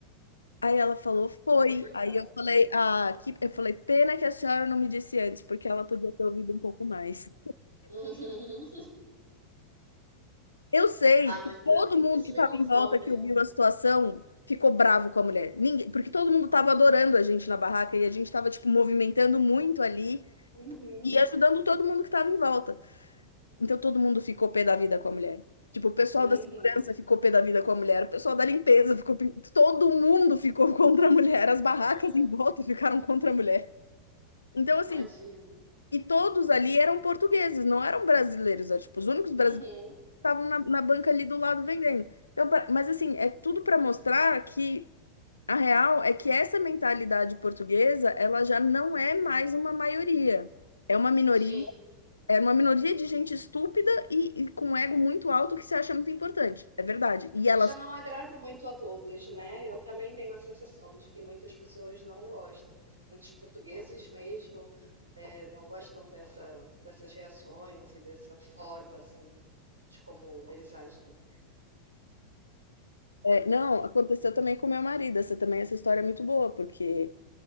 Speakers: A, on the left (about 80°); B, on the right (about 75°).
A: Aí ela falou, foi.
B: Então foi bem
A: Aí
B: dado.
A: eu falei, ah, que... eu falei, pena que a senhora não me disse antes, porque ela podia ter ouvido um pouco mais.
B: Uhum.
A: Eu sei
B: Ah,
A: que
B: mas
A: todo
B: ah,
A: mundo
B: isso
A: que estava
B: me consome.
A: em volta, que ouviu a situação, ficou bravo com a mulher. Ninguém... Porque todo mundo estava adorando a gente na barraca e a gente estava, tipo, movimentando muito ali
B: Uhum.
A: e ajudando todo mundo que estava em volta. Então todo mundo ficou pé da vida com a mulher. Tipo, o pessoal
B: Uhum.
A: da segurança ficou pé da vida com a mulher, o pessoal da limpeza ficou. pe- Todo mundo ficou <laughs> contra a mulher, as barracas
B: Cara,
A: em
B: imagi-
A: volta ficaram contra a mulher. Então,
B: Imagino.
A: assim, E todos ali eram portugueses, não eram brasileiros. Era, tipo, os únicos brasileiros
B: Uhum.
A: que estavam na, na banca ali do lado vendendo. Então, pra- mas assim, é tudo para mostrar que a real é que essa mentalidade portuguesa, ela já não é mais uma maioria. É uma minoria,
B: Sim.
A: é uma minoria de gente estúpida e, e com ego muito alto que se acha muito importante. É verdade. E elas,
B: E Já não agrada muito a todos, né? Eu também tenho a sensação de que muitas pessoas não gostam. Muitos portugueses mesmo eh, não gostam dessa, dessas reações e dessa forma, assim, de como eles agem.
A: é, não, aconteceu também com meu marido. Essa também, essa história é muito boa, porque